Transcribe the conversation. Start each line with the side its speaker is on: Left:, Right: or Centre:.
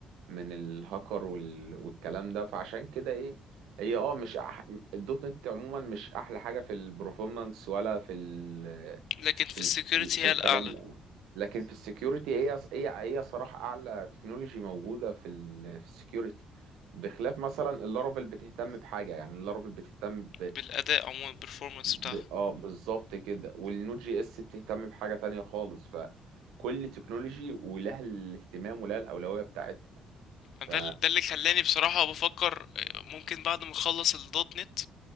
Right: من الهاكر وال... والكلام ده فعشان كده ايه هي اه مش أح... الدوت نت عموما مش احلى حاجة في البرفورمانس ولا في ال...
Left: لكن في
Right: في ال...
Left: السكيورتي
Right: في ال...
Left: هي
Right: في الكلام
Left: الأعلى
Right: ده لكن في السكيورتي هي هي هي صراحة اعلى تكنولوجي موجودة في ال... في السكيورتي بخلاف مثلا اللارفل بتهتم بحاجة يعني اللارفل بتهتم
Left: بالأداء عموما البرفورمانس
Right: ب...
Left: بتاعها
Right: اه بالظبط كده والنود جي اس بتهتم بحاجة تانية خالص فكل تكنولوجي ولها الاهتمام ولها الأولوية بتاعتها ف
Left: ده ده اللي خلاني بصراحة بفكر آه، ممكن بعد ما اخلص الدوت نت